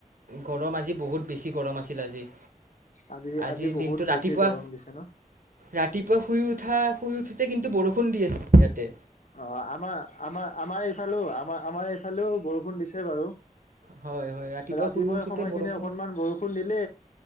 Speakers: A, on the right (about 80°); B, on the left (about 60°).
A: গৰম আজি বহুত বেছি গৰম আছিল আজি।
B: আজি
A: আজিৰ
B: আজি বহুত
A: দিনটো
B: বেছি
A: ৰাতিপুৱা
B: গৰম দিছে ন?
A: ৰাতিপুৱা শুই উঠা শুই উঠোঁতে কিন্তু বৰষুণ দিয়ে ইয়াতে।
B: অ আমাৰ আমাৰ আমাৰ এইফালেও আমাৰ আমাৰ এইফালেও বৰষুণ দিছে বাৰু
A: হয়। হয় ৰাতিপুৱা
B: ৰাতিপুৱাই
A: শুই উঠোঁতে
B: সময়খিনি
A: বৰষুণ
B: অকনমান বৰষুণ দিলে।